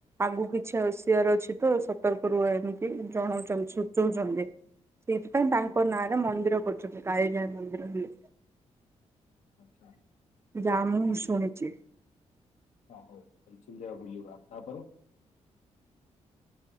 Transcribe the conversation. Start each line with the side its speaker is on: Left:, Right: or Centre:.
Right: ଆଗକୁ କିଛି ଆସିବାର ଅଛି ତ ସତର୍କ ରୁହ ଏମିତି ଜଣଉଛନ୍ତି ସୂଚଉଛନ୍ତି। ସେଇଥିପାଇଁ ତାଙ୍କରି ନାଁରେ ମନ୍ଦିର କରିଛନ୍ତି କାଳିଜାଈ ମନ୍ଦିର ହେଲେ।
Left: ଆଚ୍ଛା।
Right: ଯାଆ ମୁଁ ଶୁଣିଛି।
Left: ହଁ ହଉ ଚିଲିକା ବୁଲିବା ତାପରେ